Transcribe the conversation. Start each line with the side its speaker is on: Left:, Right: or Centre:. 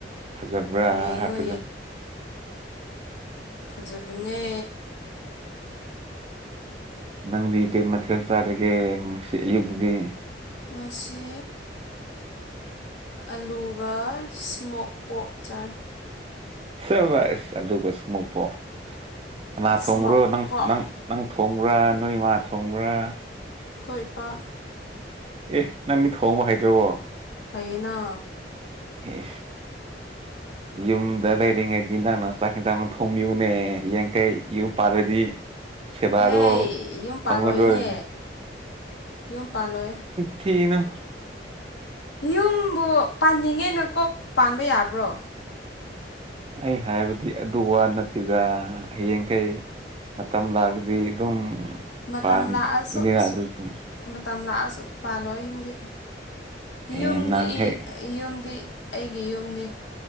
Right: ꯐꯖꯕ꯭ꯔꯥ
Left: ꯌꯦꯡꯉꯣ
Right: ꯍꯥꯏꯕꯗꯣ
Left: ꯈꯖꯕꯅꯦ
Right: ꯅꯪꯗꯤ ꯀꯩ ꯃꯊꯦꯜ ꯆꯥꯔꯒꯦ ꯉꯁꯤ ꯑꯌꯨꯛꯇꯗꯤ
Left: ꯉꯁꯤ ꯑꯂꯨꯒ ꯏꯁꯃꯣꯛ ꯄꯣꯞ ꯆꯥꯏ
Right: ꯁ ꯁ ꯀꯁ ꯀꯨꯝꯃꯄꯣꯅꯥ
Left: ꯏꯁꯃꯣꯛ
Right: ꯊꯣꯡꯈ꯭ꯔꯣ ꯅꯪ
Left: ꯄꯣꯛ
Right: ꯅꯪ ꯅꯪ ꯊꯣꯡꯕ꯭ꯔꯥ ꯅꯣꯏ ꯏꯃꯥ ꯊꯣꯡꯕ꯭ꯔꯥ
Left: ꯈꯣꯏ ꯄ
Right: ꯑꯦ ꯅꯪ ꯃꯤ ꯊꯣꯡꯕ ꯍꯥꯏꯗ꯭ꯔꯣꯕꯣ
Left: ꯍꯥꯏꯩꯅ
Right: ꯍ ꯌꯨꯝꯗ ꯂꯩꯔꯤꯉꯩꯗꯤ ꯅꯪꯅ ꯆꯥꯛꯁꯤꯦꯟ ꯆꯥꯛ ꯊꯣꯝꯃꯤꯎꯅꯦ ꯌꯥꯡꯈꯩ ꯌꯨꯝ ꯄꯥꯜꯂꯗꯤ ꯁꯦꯕꯥꯗꯣ
Left: ꯍꯦ ꯌꯨꯝ ꯄꯥꯜꯂꯣꯏꯅꯦ
Right: ꯐꯪꯂꯔꯣꯏ
Left: ꯌꯨꯝ ꯄꯥꯜꯂꯣꯏ
Right: ꯊꯅ
Left: ꯌꯨꯝꯕꯨ ꯄꯥꯟꯅꯤꯡꯉꯦꯅ ꯀꯣꯛ ꯄꯥꯟꯕ ꯌꯥꯕ꯭ꯔꯣ
Right: ꯑꯩ ꯍꯥꯏꯕꯗꯤ ꯑꯗꯨ ꯋꯥ ꯅꯠꯇꯦꯗ ꯍꯌꯦꯡꯈꯩ ꯃꯇꯝ ꯂꯥꯛꯑꯒꯗꯤ ꯑꯗꯨꯝ
Left: ꯃꯇꯝ
Right: ꯄꯥꯟꯒꯅꯤꯅ
Left: ꯂꯥꯛꯑꯁꯨ ꯁꯨ
Right: ꯑꯗꯨꯁꯨ
Left: ꯃꯇꯝ ꯂꯥꯛꯑꯁꯨ ꯄꯥꯜꯂꯣ ꯌꯨꯝꯗꯤ
Right: ꯑꯦ
Left: ꯌꯨꯝꯗꯤ
Right: ꯅꯪ ꯍꯦꯛ
Left: ꯌꯨꯝꯗꯤ ꯑꯩꯒꯤ ꯌꯨꯝꯅꯤ